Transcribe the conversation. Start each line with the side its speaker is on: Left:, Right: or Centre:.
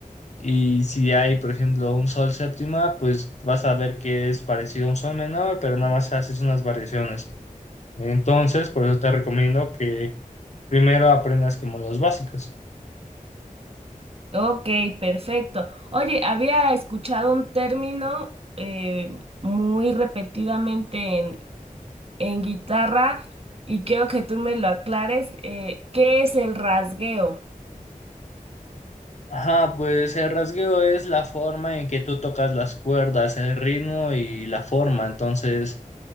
Left: Y si hay, por ejemplo, un sol séptima, pues vas a ver que es parecido a un sol menor, pero nada más haces unas variaciones. Entonces, por eso te recomiendo que primero aprendas como los básicos.
Right: Ok, perfecto. Oye, había escuchado un término eh, muy repetidamente en, en guitarra y quiero que tú me lo aclares. eh, ¿qué es el rasgueo?
Left: Ajá, pues el rasgueo es la forma en que tú tocas las cuerdas, el ritmo y la forma. Entonces,